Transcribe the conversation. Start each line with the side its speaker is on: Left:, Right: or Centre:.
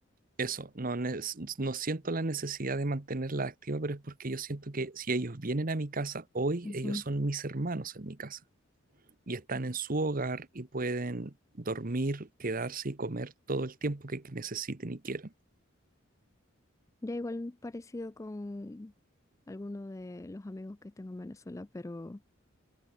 Right: Eso, no, ne- no siento la necesidad de mantenerla activa, pero es porque yo siento que si ellos vienen a mi casa hoy,
Left: ujú.
Right: ellos son mis hermanos en mi casa y están en su hogar y pueden dormir, quedarse y comer todo el tiempo que que necesiten y quieran.
Left: Ya igual parecido con alguno de los amigos que tengo en Venezuela, pero